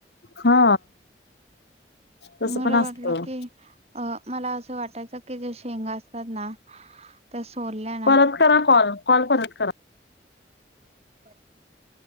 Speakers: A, on the left; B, on the right.
A: हा तसं
B: मला
A: पण
B: वाटलं
A: असतं
B: की अ मला असं वाटायचं की जे शेंग असतात ना त्या सोडल्या ना
A: परत करा कॉल कॉल परत करा
B: ब <unintelligible>